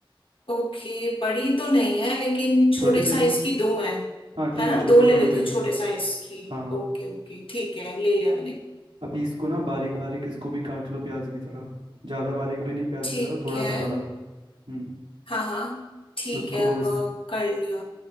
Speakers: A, on the left; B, on the right.
A: ओके बड़ी तो नहीं है लेकिन छोटे
B: छोटी ले
A: साइज
B: लो
A: की दो है
B: हाँ ठीक
A: है ना
B: है छोटी
A: दो ले
B: दोनों
A: लेती
B: ले
A: हूँ
B: लो
A: छोटे साइज की
B: हाँ
A: ओके ओके ठीक है ले लिया मैंने
B: अभी इसको ना बारीक बारीक इसको भी काट लो प्याज की तरह ज़्यादा बारीक भी नहीं प्याज
A: ठीक
B: की तरह थोड़ा
A: है
B: सा बड़ा हम्म
A: हाँ हाँ ठीक
B: उसको
A: है अ,
B: इस
A: कर लिया